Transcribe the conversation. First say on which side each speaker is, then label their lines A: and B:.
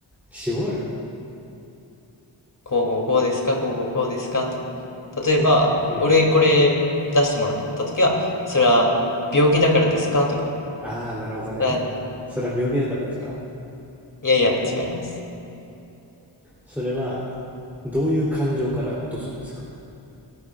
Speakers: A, in the centre; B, on the left.
A: 絞る
B: こうこうこうですか、こうこうこうですかって。
A: そのうんうん。
B: 例えば、俺これ出してもらったときは、それは病気だからですかとか、
A: ああ、なるほどね。
B: だい
A: それは病気だからですか
B: いやいや、違います。
A: それは、どういう感情から落とすんですか